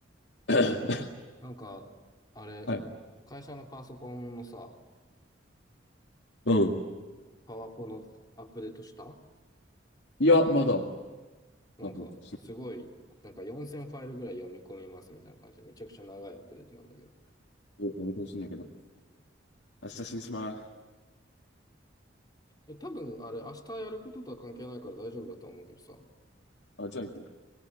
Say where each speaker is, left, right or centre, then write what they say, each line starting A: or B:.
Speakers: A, on the left; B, on the left.
A: <coughs> <laughs>
B: なんか、あれ、
A: はい。
B: 会社のパソコンのさ、
A: うん。
B: パワポのアップデートした
A: いや、まだ、多
B: なんか、
A: 分、し
B: すごい、なんか4000ファイルぐらい読み込みますみたいな感じで、めちゃくちゃ長いアップデートなんだけど。
A: やめてほしいんだけど。明日死にします
B: え、多分、あれ、明日やることとは関係ないから大丈夫だとは思うけどさ、
A: あ、じゃあ行く。